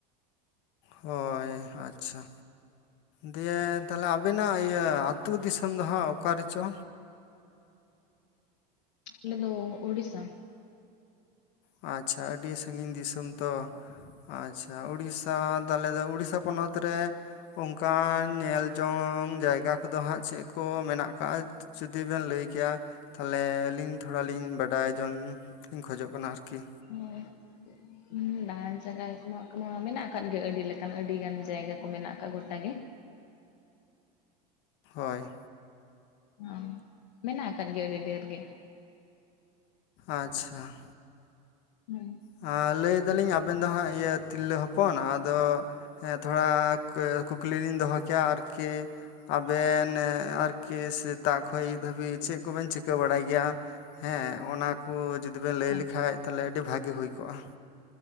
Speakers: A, on the left; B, on the left.
A: ᱦᱳᱭ ᱟᱪᱪᱷᱟ, ᱫᱤᱭᱮ ᱛᱟᱦᱚᱞᱮ ᱟᱵᱮᱱᱟᱜ ᱤᱭᱟᱹ ᱟᱹᱛᱩ ᱫᱤᱥᱚᱢ ᱫᱚ ᱦᱟᱸᱜ ᱚᱠᱟ ᱨᱮᱪᱚ?
B: ᱟᱞᱮ ᱫᱚ ᱳᱲᱤᱥᱥᱟ᱾
A: ᱟᱪᱪᱷᱟ, ᱟᱹᱰᱤ ᱥᱟᱺᱜᱤᱧ ᱫᱤᱥᱚᱢ ᱛᱚ ᱾ ᱟᱪᱪᱷᱟ, ᱩᱲᱤᱥᱥᱟ ᱛᱟᱦᱞᱮ ᱫᱚ ᱩᱲᱤᱥᱥᱟ ᱯᱚᱱᱚᱛ ᱨᱮ ᱚᱝᱠᱟᱱ ᱧᱮᱞ ᱡᱚᱝ ᱡᱟᱭᱜᱟ ᱠᱚᱫᱚ ᱦᱟᱸᱜ ᱪᱮᱫ ᱠᱚ ᱢᱮᱱᱟᱜ ᱟᱠᱟᱜᱼᱟ? ᱡᱩᱫᱤ ᱵᱮᱱ ᱞᱟᱹᱭ ᱠᱮᱭᱟ ᱛᱟᱦᱚᱞᱮ ᱟᱹᱞᱤᱧ ᱛᱷᱚᱲᱟ ᱞᱤᱧ ᱵᱟᱰᱟᱭ ᱡᱚᱝ ᱞᱤᱧ ᱠᱷᱚᱡᱚᱜ ᱠᱟᱱᱟ ᱟᱨ ᱠᱤ ᱾
B: ᱦᱚᱭ ᱾ ᱦᱮᱸ ᱫᱟᱬᱟᱱ ᱡᱟᱜᱟᱭ ᱠᱚᱢᱟ ᱠᱚᱢᱟ ᱢᱮᱱᱟᱜ ᱟᱠᱟᱫ ᱜᱮ ᱟᱹᱰᱤ ᱞᱮᱠᱟᱱ ᱟᱹᱰᱤ ᱜᱟᱱ ᱡᱟᱭᱜᱟ ᱠᱚ ᱢᱮᱱᱟᱜ ᱟᱠᱟᱜ ᱜᱚᱴᱟ ᱜᱮ ᱾
A: ᱦᱳᱭ ᱾
B: ᱚ, ᱢᱮᱱᱟᱜ ᱠᱟᱫ ᱜᱮᱭᱟ ᱟᱹᱰᱤ ᱰᱷᱮᱨ ᱜᱮ ᱾
A: ᱟᱪᱪᱷᱟ ᱾
B: ᱦᱳᱭ ᱾
A: ᱟ ᱞᱟᱹᱭ ᱫᱟᱞᱤᱧ ᱟᱵᱮᱱ ᱫᱚ ᱦᱟᱸᱜ ᱤᱭᱟᱹ ᱛᱤᱨᱞᱟᱹ ᱦᱚᱯᱚᱱ, ᱟᱫᱚ ᱦᱮᱸ ᱛᱷᱚᱲᱟ <inaudible> ᱠᱩᱠᱞᱤ ᱞᱤᱧ ᱫᱚᱦᱚ ᱠᱮᱭᱟ ᱟᱨᱠᱤ ᱟᱵᱮᱱ ᱟᱨᱠᱤ ᱥᱮᱛᱟᱜ ᱠᱷᱚᱡ ᱟᱹᱭᱩᱵ ᱫᱷᱟᱹᱵᱤᱡ ᱪᱮᱫ ᱠᱚᱵᱮᱱ ᱪᱤᱠᱟᱹ ᱵᱟᱲᱟᱭ ᱜᱮᱭᱟ? ᱦᱮᱸ, ᱚᱱᱟ ᱠᱚ ᱡᱩᱫᱤ ᱵᱮᱱ
B: ᱟᱪᱪᱷᱟ
A: ᱞᱟᱹᱭ ᱞᱮᱠᱷᱟᱡ ᱛᱟᱦᱚᱞᱮ ᱟᱹᱰᱤ ᱵᱷᱟᱹᱜᱮ ᱦᱩᱭ ᱠᱚᱜᱼᱟ?